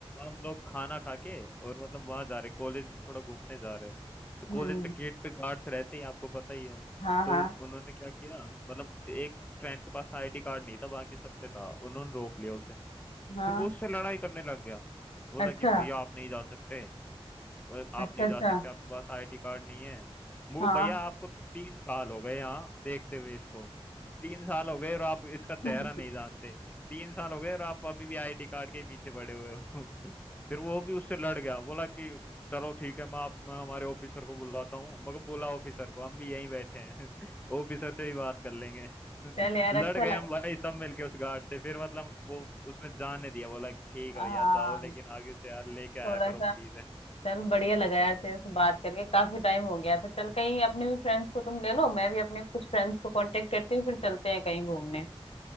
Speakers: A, on the left; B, on the left.
A: हम लोग खाना खा के और मतलब वहां जा रहे कॉलेज में थोड़ा घूमने जा रहे तो
B: हम्म
A: कॉलेज पे गेट पे गार्ड्स रहते हैं आपको पता ही है
B: हाँ
A: तो
B: हाँ
A: उन्होंने क्या किया मतलब एक फ्रेंड के पास आईडी कार्ड नहीं था बाकी सब पे था उन्होंने रोक लिया उसे
B: हाँ
A: फिर वो उससे लड़ाई करने लग गया बोला
B: अच्छा
A: कि भैया आप नहीं जा सकते वो
B: अच्छा
A: आप नहीं
B: अच्छा
A: जा सकते आपके पास आईडी कार्ड नहीं है मुझे
B: हाँ
A: भैया आपको तीन साल हो गए यहाँ देखते हुए इसको तीन साल हो गए और आप इसका चेहरा
B: <laughs>
A: नहीं जानते तीन साल हो गए और आप अभी भी आईडी कार्ड के पीछे पड़े हुए हो <laughs> फिर वो भी उससे लड़ गया बोला कि चलो ठीक है मैं आप मैं हमारे ऑफिसर को बुलाता हूँ मगर बोला ऑफिसर को हम भी यहीं बैठे हैं <laughs> ऑफिसर से ही बात कर लेंगे <laughs>
B: चल यार
A: लड़
B: अच्छा
A: गए
B: लगा
A: हम भाई सब मिलके उस गार्ड से फिर मतलब वो उसने जाने दिया बोला कि ठीक
B: हाँ
A: है भैया जाओ लेकिन आगे से यार लेके आया
B: थोड़ा
A: करो
B: सा
A: प्लीज
B: चल बढ़िया लगा यार तेरे से बात करके काफी टाइम हो गया था चल कहीं अपने भी फ्रेंड्स को तुम ले लो मैं भी अपने कुछ फ्रेंड्स को कांटेक्ट करती हूँ फिर चलते हैं कहीं घूमने